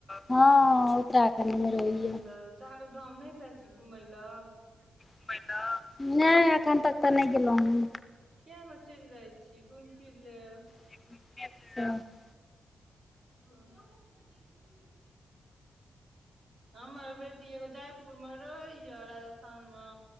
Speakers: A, on the left (about 25°); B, on the right (about 65°).
A: हँ। उत्तराखण्ड
B: ह
A: मे रहैया
B: तऽ चारो धाम नहि जाइ छी घुमय लए।
A: घुमय लए नहि एखन तक तऽ नहि गेलहु हैं।
B: किया ने चलि जाइ छीय घुमि फिर लेब।
A: <unintelligible>
B: <unintelligible> हमर बेटी एगो जायपुर मे रहै या राजस्थान म।